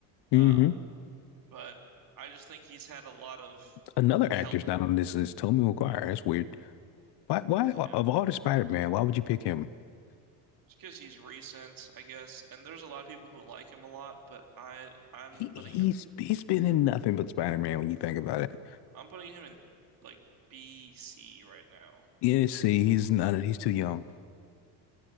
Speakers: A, on the left; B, on the right.
A: hmm
B: um, but I just think he's had a lot of
A: Another actor's
B: help.
A: not on this list, Tobey Maguire. That's weird. Why why
B: Yeah.
A: of all the Spider-Man, why would you pick him?
B: Just because he's recent, I guess. And there's a lot of people who like him a lot, but I I'm
A: He
B: putting
A: he's
B: him
A: he's been in nothing but Spider-Man when you think about it.
B: I'm putting him in like B C right now.
A: Yeah, see, he's not he's too young.